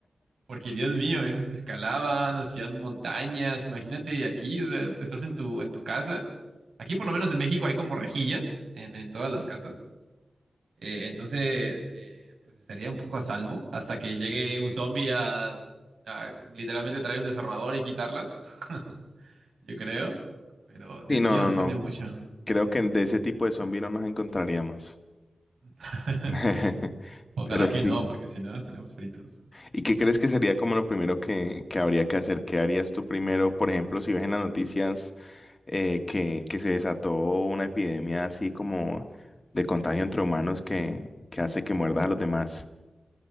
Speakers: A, on the right (about 90°); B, on the left (about 25°).
A: Porque Dios mío, esos escalaban, hacían montañas. Imagínate aquí, o sea, estás en tu, en tu casa. Aquí, por lo menos en México, hay como rejillas en, en todas las casas. Eh, entonces, eh, pues estaría un poco a salvo hasta que llegue un zombie a, a literalmente traer un desarmador y quitarlas. <laughs> Yo creo. Pero, Dios
B: Sí, no,
A: mío,
B: no,
A: depende
B: no,
A: mucho.
B: creo que de ese tipo de zombies no nos encontraríamos.
A: <laughs>
B: <laughs>
A: Ojalá
B: Pero
A: que
B: sí.
A: no, porque si no, estaríamos fritos.
B: ¿Y qué crees que sería como lo primero que, que habría que hacer? ¿Qué harías tú primero? Por ejemplo, si ves en las noticias eh, que, que se desató una epidemia así como de contagio entre humanos que, que hace que muerdas a los demás.